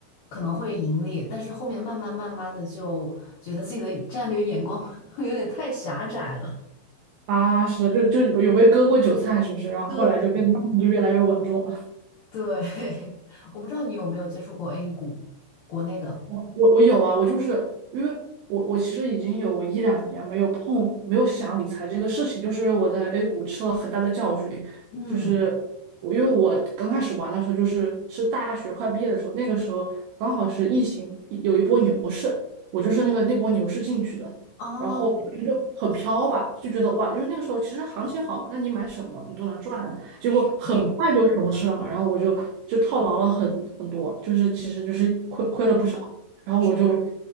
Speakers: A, on the left; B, on the right.
A: 可能会盈利，但是后面慢慢慢慢的就觉得自己的战略眼光 <laughs> 有点太狭窄了。
B: 啊，是的，就就有有被割过韭菜，是不是？然后后来就变得就越来越稳重。
A: 对，对，<laughs> 我不知道你有没有接触过 A 股，国内的，
B: 我我我有啊，我就是因为我我其实已经有一两年没有碰，没有想理财这个事情，就是我在 A 股吃了很大的教训，
A: 嗯，
B: 就是我因为我刚开始玩的时候，就是是大学快毕业的时候，那个时候刚好是疫情有一波牛市，我就是那个那波牛市进去的，
A: 哦，
B: 然后就很飘吧，就觉得哇，因为那个时候其实行情好嘛，那你买什么你都能赚，结果很快就熊市了嘛，
A: 是的是的。
B: 然后我就就套牢了很很多，就是其实就是亏亏了不少。然后我就
A: 是